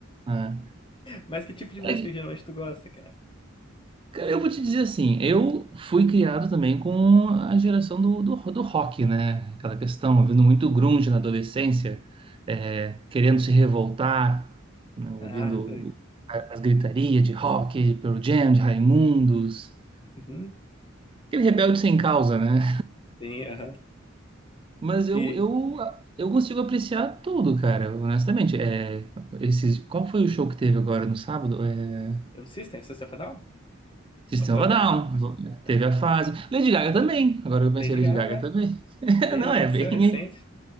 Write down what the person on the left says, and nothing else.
Mas que tipo de música
geralmente tu gosta, cara?
Ah, tá.
Uhum,
sim, aham.
E
o System, System of a Down?
Ou foi
da
é,
Lady
Gaga?
Teve,
aconteceu
recente.